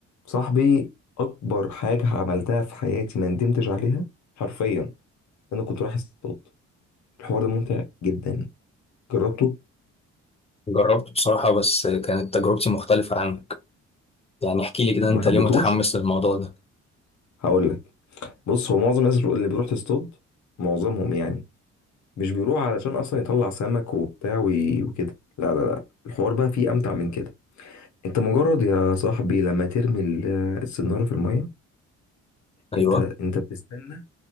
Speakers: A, on the left; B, on the left.
A: صاحبي اكبر حاجه عملتها في حياتي ما ندمتش عليها حرفيا انا كنت رايح اصطاد الحوار ده ممتع جدا جربته
B: جربت بصراحة بس كانت تجربتي مختلفة عنك يعني احكي لي كده انت
A: ما حبيتهوش
B: ليه متحمس للموضوع ده
A: هقول لك بص هو معظم الناس اللي بيروح تصطاد معظمهم يعني مش بيروح علشان اصلا يطلع سمك وبتاع وي- وكده لا لا لا الحوار بقى فيه امتع من كده انت مجرد يا صاحبي لما ترمي ال- السناره في الميه
B: ايوه
A: انت انت بتستنى